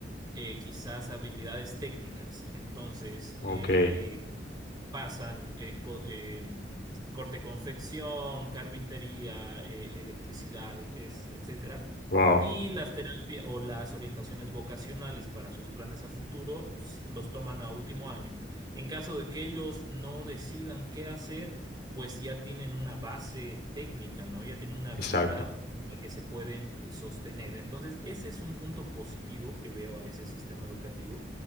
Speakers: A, on the right (about 25°); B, on the left (about 60°).
A: eh, quizás habilidades técnicas. Entonces, eh,
B: Ok,
A: pasan eh, co- eh, corte confección, carpintería, eh, electricidad, es, etcétera.
B: wow,
A: Y las terapias o las orientaciones vocacionales para sus planes a futuro s- los toman a último año. En caso de que ellos no decidan qué hacer, pues ya tienen una base técnica, ¿no? Ya tienen una habilidad
B: exacto.
A: con la que se pueden eh, sostener. Entonces, ese es un punto positivo que veo a ese sistema educativo,